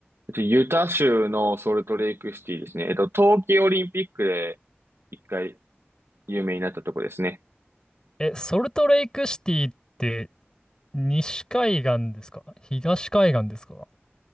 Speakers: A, on the right; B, on the left.
A: えっとユタ州のソルトレイクシティですね。えっと、冬季オリンピックで一回有名になったとこですね。
B: え、ソルトレイクシティって西海岸ですか東海岸ですか